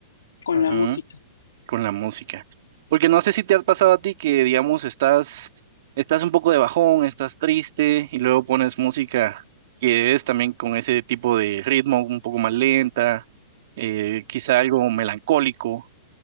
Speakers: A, on the left; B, on the right.
A: con
B: Ujú.
A: la música.
B: con la música. Porque no sé si te ha pasado a ti que, digamos, estás, estás un poco de bajón, estás triste y luego pones música que es también con ese tipo de ritmo un poco más lenta, eh, quizá algo melancólico,